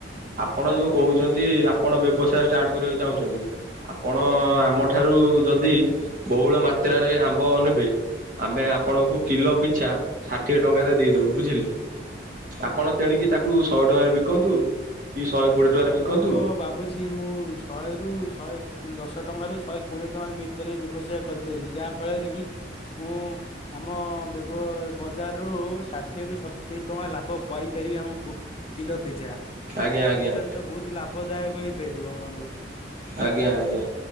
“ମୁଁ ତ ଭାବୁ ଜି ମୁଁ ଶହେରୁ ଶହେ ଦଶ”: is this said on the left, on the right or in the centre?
Left